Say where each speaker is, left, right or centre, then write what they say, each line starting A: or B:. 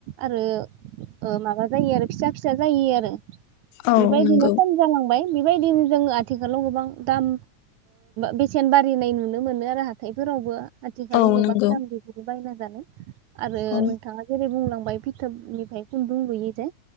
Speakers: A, on the right (about 75°); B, on the left (about 80°).
A: आरो माबा जायो आरो फिसा फिसा जायो आरो।
B: औ
A: बेबायदिनो
B: नंगौ
A: खम जालांबाय बेबायदिनो जोङो थिखालाव गोबां दाम बेसेन बारनाय नुनो मोनो आरो हाथाय। फोरावबो आथिखालाव
B: औ
A: गोबां
B: नंगौ
A: दाम बेस बायनानै जानो। आरो
B: औ
A: नोंथाङा जेरै बुंलां माय फिथोबनिफ्राय खुन्दुं लुयो जे